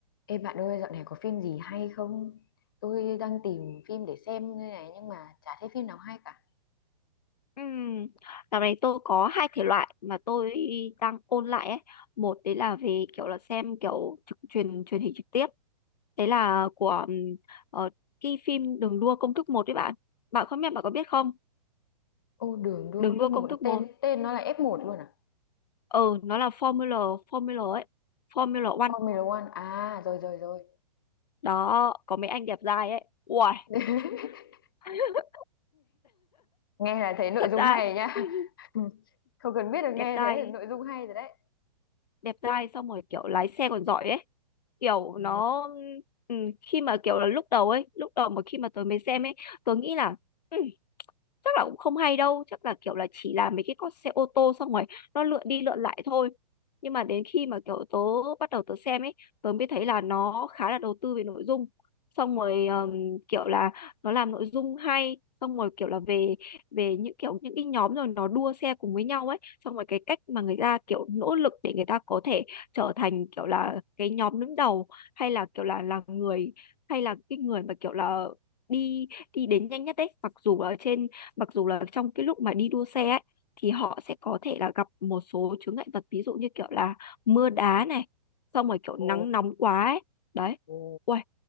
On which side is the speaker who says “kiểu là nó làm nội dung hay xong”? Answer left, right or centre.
Left